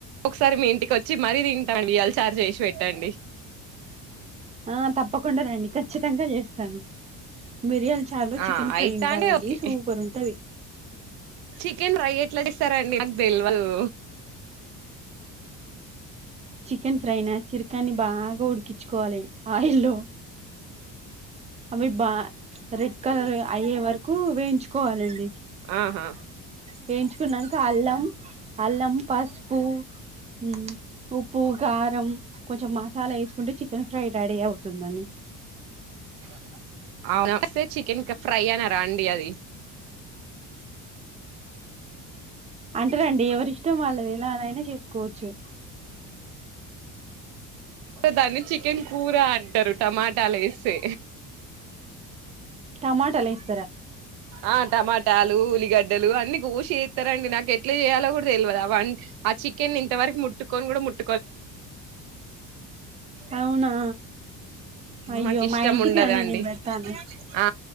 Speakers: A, on the right (about 80°); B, on the right (about 20°).
A: ఒకసారి మీ ఇంటికి వచ్చి మరీ తింటానండి మిరియాల చారు జేషి పెట్టండి
B: ఆ తప్పకుండా రండి ఖచ్చితంగా చేస్తాను మిరియాల చార్లో చికెన్
A: ఆ
B: ఫ్రై
A: అయితాంటే
B: ఉండాలండి
A: ఓకే
B: సూపర్ ఉంటుంది
A: చికెన్ ఫ్రై ఎట్లా చేస్తారండి నాకు తెల్వదు
B: చికెన్ ఫ్రైనా చిరకాని బాగా ఉడికించుకోవాలి ఆయిల్లో అవి బా రెడ్ కలర్ అయ్యే వరకు వేయించుకోవాలండి
A: ఆహా
B: వేయించుకునంకా అల్లం అల్లం పసుపు ఉమ్ ఉప్పు కారం కొంచం మసాలా వేసుకుంటే చికెన్ ఫ్రై రెడీ అ అవుతుందండి
A: <unintelligible> చికెన్ ఫ్రై అనరా అండి అది
B: అంటేరండి ఎవరి ఇష్టం వాళ్ళది ఎలా అలా అయినా చేసుకోవచ్చు
A: దాన్ని చికెన్ కూర అంటారు టమాటాలు వేస్తే
B: టమాటాలెస్
A: ఆ టమాటాలు ఉల్లిగడ్డలు అన్ని పూషి చేస్తారండి నాకు ఎట్లా చేయాలో కూడా తెలియదు అ ఆ చికెన్ ఇంతవరకు ముట్టుకొను కూడా ముట్
B: అవునా అయ్యో
A: మాకు ఇష్టం
B: మా ఇంటికి
A: ఉండదండి
B: రండి నేను పెడతాను
A: ఆ